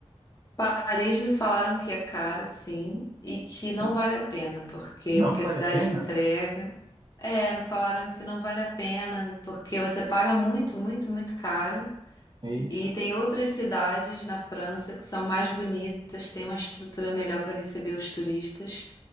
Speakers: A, on the left (about 35°); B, on the right (about 40°).
A: Paris me falaram que é cara, sim, e que
B: Sim.
A: não vale a pena, porque
B: Não
A: o que
B: vale
A: a cidade
B: a pena?
A: entrega. É, me falaram que não vale a pena, porque você paga muito, muito, muito caro.
B: Eita.
A: E tem outras cidades na França que são mais bonitas, têm uma estrutura melhor para receber os turistas